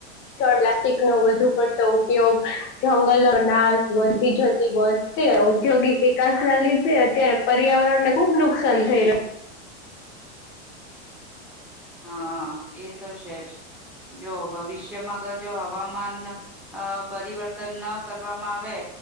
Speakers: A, on the left (about 35°); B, in the centre.
A: પ્લાસટીકનો વધુ પડતો ઉપયોગ જંગલો ના વધતી જતી ઔદ્યોગિક વિકાસ ના લીધે અત્યારે પર્યાવરણને ખુબ નુકસાન થઈ રહ્યું
B: હા, એ તો છે જ જો ભવિષ્યમાં અગર જો હવામાન અ પરિવર્તન ન કરવામાં આવે